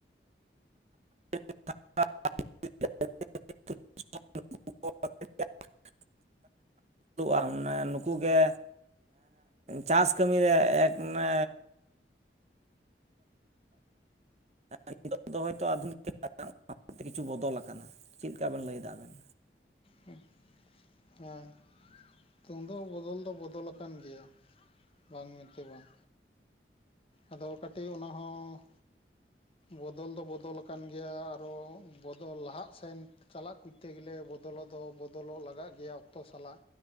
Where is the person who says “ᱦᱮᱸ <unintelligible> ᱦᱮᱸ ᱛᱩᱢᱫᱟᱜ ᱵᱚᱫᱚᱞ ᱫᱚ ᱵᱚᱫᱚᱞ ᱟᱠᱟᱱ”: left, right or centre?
Left